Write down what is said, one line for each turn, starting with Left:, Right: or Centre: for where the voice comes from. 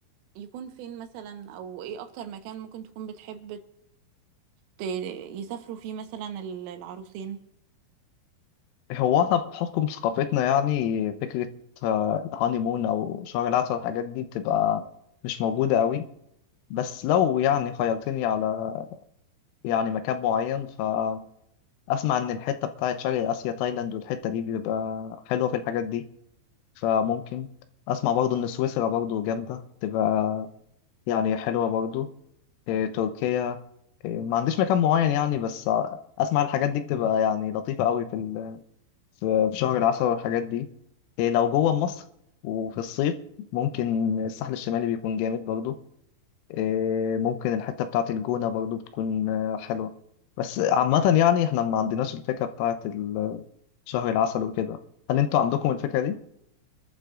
Right: يكون فين مثلا او ايه اكتر مكان ممكن تكون بتحب ت- يسافروا فيه مثلا ال- العروسين
Left: هو إحنا بحكم ثقافتنا يعني فكرة الهانيمون أو شهر العسل والحاجات دي بتبقى مش موجودة قوي بس لو يعني خيرتني على يعني مكان معين ف اسمع ان الحته بتاعت شرق اسيا تايلاند والحته دي بيبقى حلوه في الحاجات دي فممكن اسمع برضو ان سويسرا برضو جامده تبقى يعني حلوه برضو إيه، تركيا إيه، ما عنديش مكان معين يعني بس اسمع الحاجات دي بتبقى يعني لطيفه قوي في ال- في في شهر العسل والحاجات دي إيه، لو جوه مصر وفي الصيف ممكن الساحل الشمالي بيكون جامد برضو إيه، ممكن الحته بتاعت الجونه برضو بتكون آه، حلوه بس عامة يعني احنا ما عندناش الفكرة بتاعت شهر العسل وكده هل انتوا عندكم الفكرة دي؟